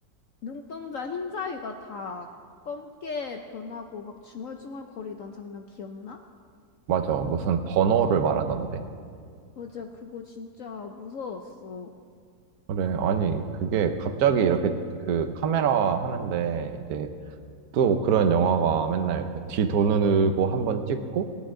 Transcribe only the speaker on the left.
눈동자 흰 자위가 다 검게 변하고 막 중얼중얼 거리던 장면 기억나?
맞아, 그거 진짜 무서웠어.